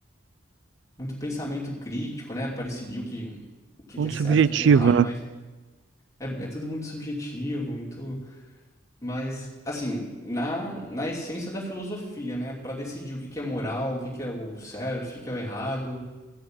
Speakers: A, on the left (about 15°); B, on the right (about 65°).
A: muito pensamento crítico, né? Para decidir o que, o que
B: Muito
A: que é certo,
B: subjetivo,
A: o que que é errado,
B: né?
A: mas é, é tudo muito subjetivo, muito... Mas, assim, na, na essência da filosofia, né? Para decidir o que que é moral, o que que é o certo, o que que é o errado,